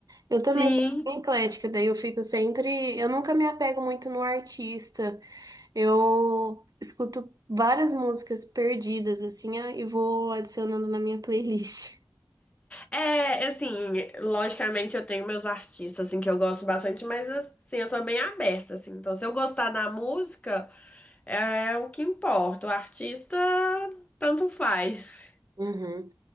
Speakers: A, on the right; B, on the left.
A: Eu
B: Sim.
A: também sou bem eclética, daí eu fico sempre. Eu nunca me apego muito no artista. Eu escuto várias músicas perdidas, assim, ah, e vou adicionando na minha playlist.
B: É, assim, logicamente eu tenho meus artistas, assim, que eu gosto bastante, mas, assim, eu sou bem aberta, assim. Então, se eu gostar da música, é o que importa. O artista, tanto faz.
A: Uhum.